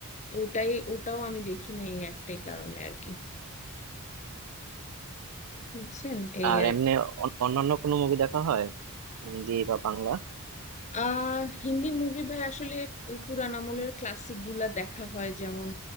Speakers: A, on the left; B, on the right.
A: ওটাই ওটাও আমি দেখি না এই একটাই কারণে আর কি বুঝছেন এই
B: আর
A: আর
B: এমনি
A: কি
B: অন- অন্যান্য কোনো মুভি দেখা হয় হিন্দি বা বাংলা
A: আহ হিন্দি মুভি ভাই আসলে ওই পুরান আমলের ক্লাসিক গুলা দেখা হয় যেমন